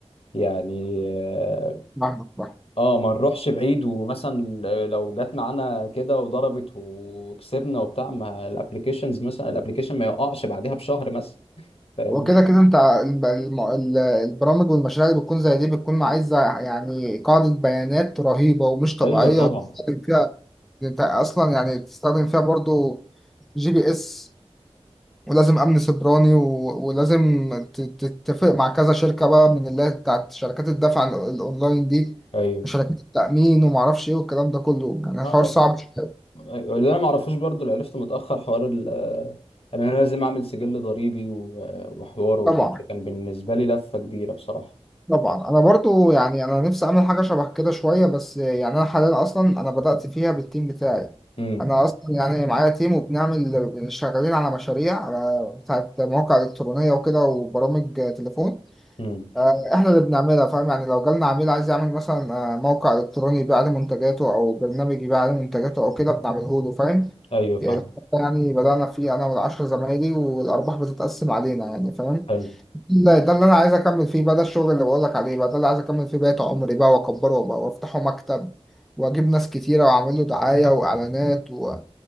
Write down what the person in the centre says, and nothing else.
فاهمك.
وكده كده انت الب- الم- ال- البرامج والمشاريع اللي بتكون زي دي بتكون عايزه يعني قاعده بيانات رهيبه ومش طبيعيه
وتستخدم فيها انت اصلا يعني تستخدم فيها برضو جي بي اس ولازم امن سيبراني و- ولازم ت- تتفق مع كذا شركه بقى من اللي هي بتاعت شركات الدفع ال- الاونلاين دي
وشركات التامين ومعرفش ايه والكلام ده كله يعني الحوار
صعب
شوية.
طبعا
طبعا انا برضو يعني انا نفسي اعمل حاجه شبه كده شويه بس يعني انا حاليا اصلا انا بدات فيها بالتيم بتاعي
انا اصلا يعني معايا تيم وبنعمل شغالين على مشاريع على بتاعت مواقع الكترونيه وكده وبرامج تليفون
آه، احنا اللي بنعملها فاهم يعني لو جالنا عميل عايز يعمل مثلا آه، موقع الكتروني يبيع عليه منتجاته او برنامج يبيع عليه منتجاته او كده بنعمله له فاهم
يعني بدانا فيه انا والعشر زمايلي والارباح بتتقسم علينا يعني فاهم
لا ده اللي انا عايز اكمل فيه بقى ده الشغل اللي بقول لك عليه بقى ده اللي عايز اكمل فيه بقية عمري بقى واكبره بقى وافتحه مكتب واجيب ناس كتيره واعمل له دعايه واعلانات و...